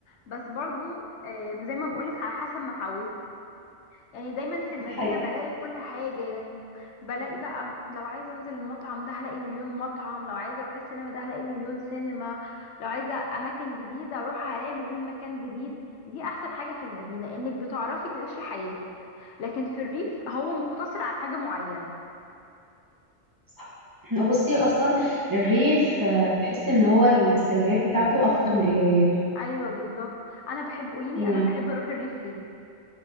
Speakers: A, on the left; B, on the right.
A: بس برضو آه، زي ما بقولك على حسب ما اتعودت يعني دايما في المدينة
B: دي حقيقة
A: بلاقي كل حاجة يعني بلاقي بقى لو عايزة انزل المطعم ده هلاقي مليون مطعم لو عايزة اروح السينما ده هلاقي مليون سينما لو عايزة اماكن جديدة اروحها هلاقي مليون مكان جديد دي احسن حاجة في المدينة انك بتعرفي تعيشي حياتك لكن في الريف هو مقتصر على حاجة معينة
B: صح <clears throat> بصي اصلا الريف آه، تحس ان هو السلبيات بتاعته اكتر من ايجابياته
A: ايوه بالظبط انا بحب قوليلي
B: يعني
A: انا بحب اروح الريف ليه